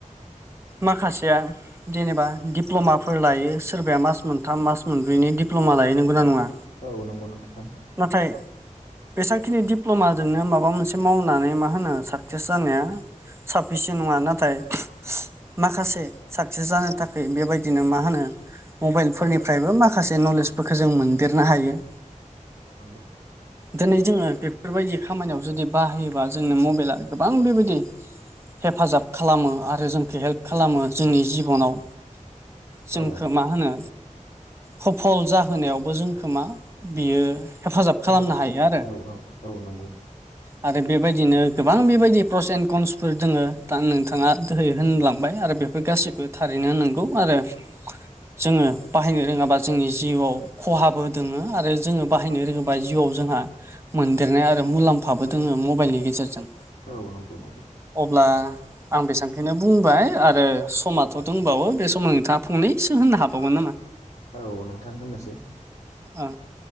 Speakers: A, on the right; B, on the left.
A: माखासेया जेनेबा दिप्ल'माफोर लायो सोरबाया मास मोनथाम मास मोनब्रैनि दिडप्ल'मा लायो नोंगौना नङा?
B: औ नंगौ नोंथां।
A: नाथाय बेसांखिनि दिप्ल'माजोंनो माबा मोनसे मावनानै मा होनो साक्सिस जानाया साफिसन नङा नाथाय माखासे साक्सिस जानो थाखाय बेबायदिनो मा होनो मबाइलफोरनिफ्रायबो माखासे नलेजफोरखौ जों मोनदेरनो हायो।
B: औ नंगौ।
A: दिनै जोङो बेफोरबायदि खामानियाव जुदि बाहायोबा जोंनो मबेला गोबां बेबायदि हेफाजाब खालामो आरो जोंखौ हेल्प खालामो जोंनि जिबनाव। जोंखौटो
B: औ
A: मा होनो खफल जाहोनायावबो जोंखो मा बेयो हेफाजाब खालामनो
B: मदद
A: हायो आरो।
B: औ औ औ नंगौ
A: आरो बेबायदिनो गोबां बेबायदि प्रसेन कन्सफोर दोङो। दा नोंथाङा दोहै होनलांबाय आरो बेफोर गासैबो थारैनो नोंगौ आरो जोङो बाहायनो रोङाबा जोंनि जिउआव खहाबो दोङो आरो जोङो बाहायनो रोङोबा जिउआव जोंहा मोनदेरनाय आरो मुलाम्फाबो दोङो मबेलनि गेजेरजों
B: औ नंगौ नंगौ।
A: अब्ला आं बेसेबांखनो बुंबाय आरो समाथ' दोंबावो बे समाव नोंथाङा फंनैसो होननो हाबावगोन नामा?
B: औ नोंथां होननोसै
A: ओ।